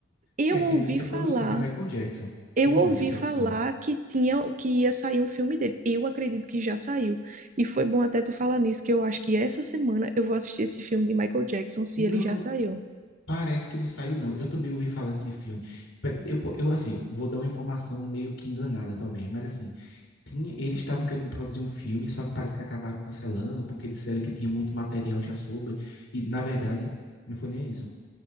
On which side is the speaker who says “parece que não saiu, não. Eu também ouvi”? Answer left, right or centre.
Left